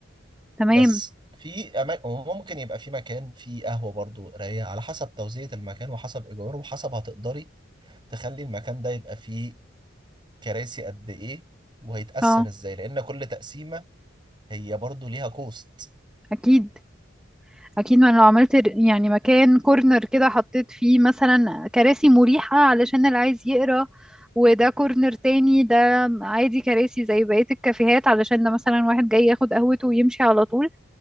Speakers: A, in the centre; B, on the right.
A: تمام
B: بس في أماكن وممكن يبقى في مكان فيه قهوة برضو رايقة على حسب توزيع المكان وحسب إيجاره وحسب هتقدري تخلي المكان ده يبقى فيه كراسي قد إيه وهيتقسم
A: اه
B: إزاي لأن كل تقسيمة هي برضو ليها كوست
A: اكيد اكيد ما أنا لو عملت ر- يعني مكان كورنر كده حطيت فيه مثلا كراسي مريحة علشان اللي عايز يقرا وده كورنر تاني ده عادي كراسي زي بقية الكافيهات علشان ده مثلا واحد جاي ياخد قهوته ويمشي على طول